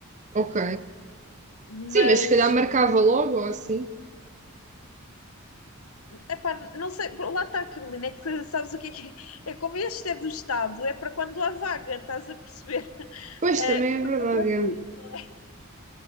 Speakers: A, on the right (about 35°); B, on the left (about 80°).
A: Ok.
B: Mas,
A: Sim, mas se calhar marcava logo ou assim.
B: epá, não sei, lá está, Carolina, é que <laughs> sabes o que é que é? É como este é do Estado, é para quando há vaga, estás a perceber? <laughs>
A: Pois
B: Eh,
A: também é verdade,
B: porque é gratuito,
A: é.
B: não é?